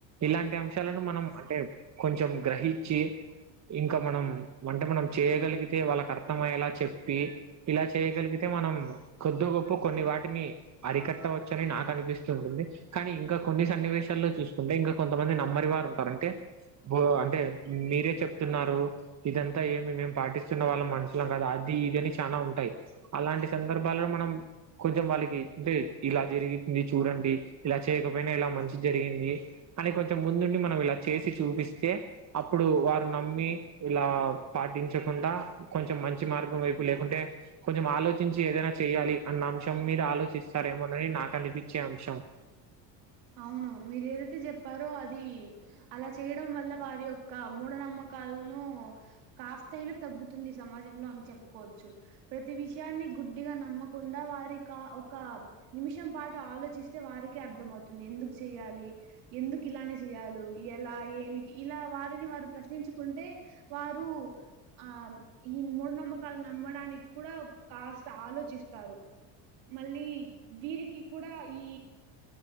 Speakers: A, on the right; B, on the right.
A: ఇలాంటి అంశాలను మనం అంటే కొంచం గ్రహిచ్చి ఇంకా మనం అంటే మనం చేయ్యగలిగితే వాళ్ళకి అర్థమయేలా చెప్పి ఇలా చేయగలిగితే మనం కొద్దో గొప్పో కొన్ని వాటిని అరికట్టవచ్చు అని నాకు అనిపిస్తు ఉంటుంది కానీ ఇంకా కొన్ని సన్నివేశాల్లో చూసుకుంటే ఇంకా కొంతమంది నమ్మరి వారు ఉంటారు అంటే అంటే మీరే చెప్తున్నారు ఇదంతా ఏంది మేం పాటిస్తున్న వాళ్ళం మనుషులం కాదా అది ఇది అని చనా ఉంటాయి అలాంటి సందర్భాలలో మనం కొంచం వాళ్ళకి అంటే ఇలా జరుగుతుంది చూడండి ఇలా చేయకపోయినా ఇలా మంచి జరిగింది అని కొంచం ముందుండి మనం ఇలా చేసి చూపిస్తే అప్పుడు వారు నమ్మి ఇలా పాటించకుండా కొంచం మంచి మార్గం వైపు లేకుంటే కొంచం ఆలోచించి ఏదైనా చెయ్యాలి అన్న అంశం మీద ఆలోచిస్తారేమోనని నాకనిపిచ్చే అంశం
B: అవును మీరు ఏదైతే చెప్పారో అది అలా చేయడం వల్ల వారి యొక్క మూఢనమ్మకాలను కాస్తయినా తగ్గుతుంది ఈ సమాజంలో అని చెప్పుకోవచ్చు ప్రతి విషయాన్ని గుడ్డిగా నమ్మకుండా వారికా ఒక నిమిషం పాటు ఆలోచిస్తే వారికే అర్థంమవుతుంది ఎందుకు చేయాలి ఎందుకు ఇలానే జేయాలు ఎలా ఏమిటి ఇలా వారిని వారు ప్రశ్నించుకుంటే వారు ఆ ఈ మూఢనమ్మకాల నమ్మడానికి కూడా కాస్త ఆలోచిస్తారు మళ్ళీ వీరికి కూడా ఈ